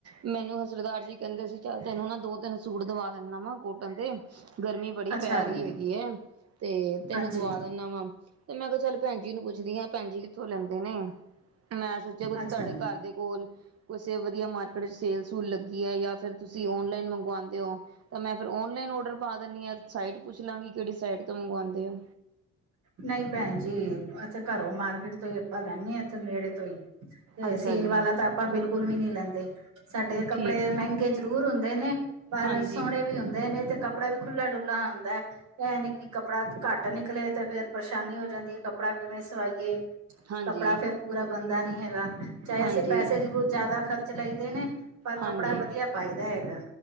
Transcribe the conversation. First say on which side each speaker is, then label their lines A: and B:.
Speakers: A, on the right; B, on the right.
A: ਮੈਨੂੰ ਸਰਦਾਰ ਜੀ ਕਹਿੰਦੇ ਸੀ ਚੱਲ ਤੈਨੂੰ ਨਾ ਦੋ- ਤਿੰਨ ਸੂਟ ਦਵਾ ਦਿੰਦਾ ਵਾ ਕੋਟਨ ਦੇ, ਗਰਮੀ ਬੜੀ
B: ਅੱਛਾ
A: ਪੈ
B: ਜੀ
A: ਰਹੀ ਹੈਗੀ ਹੈ। ਤੇ ਤੈਨੂੰ
B: ਹਾਂਜੀ
A: ਦਵਾ ਦਿੰਦਾ ਵਾ। ਤੇ ਮੈਂ ਕਿਹਾ ਚੱਲ ਭੈਣ ਜੀ ਨੂੰ ਪੁੱਛ ਪੁਛਦੀ ਹਾ ਭੈਣ ਜੀ ਕਿੱਥੋਂ ਲੈਂਦੇ ਨੇ। ਮੈਂ ਸੋਚਿਆ ਤੁਹਾਡੇ
B: ਅੱਛਾ ਜੀ।
A: ਘਰ ਦੇ ਕੋਲ ਕਿਸੇ ਵਧੀਆ ਮਾਰਕੀਟ ਚ ਸੇਲ- ਸੂਲ ਲੱਗੀ ਹੈ। ਜਾਂ ਫੇਰ ਤੁਸੀਂ ਔਨਲਾਈਨ ਮੰਗਵਾਉਂਦੇ ਹੋ? ਤਾਂ ਮੈਂ ਫੇਰ, ਓਨਲਾਈਨ ਔਡਰ ਪਾ ਦਿੰਦੀ ਹਾਂ। ਸਾਈਟ ਪੁੱਛ ਲਾਂਗੀ, ਕਿਹੜੀ ਸਾਈਟ ਤੋਂ ਮੰਗਵਾਉਂਦੇ ਹੋ।
B: ਨਹੀਂ ਭੈਣ ਜੀ, ਇੱਥੇ ਘਰੋਂ ਮਾਰਕੀਟ ਤੋਂ ਹੀ ਆਪਾਂ ਲੈਂਦੇ ਹਾਂ। ਇੱਥੇ ਨੇੜੇ ਤੋਂ ਹੀ। ਤੇ
A: ਅੱਛਾ
B: ਸੇਲ
A: ਜੀ
B: ਵਾਲਾ, ਤਾਂ ਆਪਾਂ ਬਿਲਕੁਲ ਵੀ ਨਹੀਂ ਲੈਂਦੇ। ਸਾਡੇ ਕੱਪੜੇ
A: ਠੀਕ
B: ਮਹਿੰਗੇ ਜ਼ਰੂਰ ਹੁੰਦੇ ਨੇ। ਪਰ
A: ਹਾਂਜੀ
B: ਸੋਹਣੇ ਵੀ ਹੁੰਦੇ ਨੇ ਤੇ ਕੱਪੜਾ ਵੀ ਖੁੱਲਾ- ਡੁੱਲਾ ਹੁੰਦਾ ਐ। ਇਹ ਨੀ ਕਿ ਕੱਪੜਾ ਘੱਟ ਵੇ। ਨਿਕਲੇ ਤੇ ਫੇਰ ਪਰੇਸ਼ਾਨੀ ਹੋ ਜਾਂਦੀ ਹੈ। ਕੱਪੜਾ ਕਿਵੇਂ ਸਵਾਈਏ
A: ਹਾਂਜੀ
B: ਕੱਪੜਾ ਫੇਰ। ਪੂਰਾ ਬੰਦਾ ਨਹੀਂ ਹੈਗਾ। ਚਾਹੇ
A: ਹਾਂਜੀ
B: ਅਸੀਂ ਪੈਸੇ ਜ਼ਰੂਰ ਜ਼ਿਆਦਾ ਖ਼ਰਚ ਲਈ ਦੇ ਨੇ। ਪਰ
A: ਹਾਂਜੀ
B: ਕੱਪੜਾ ਵਧੀਆ। ਪਾਇਦਾ ਹੈਗਾ।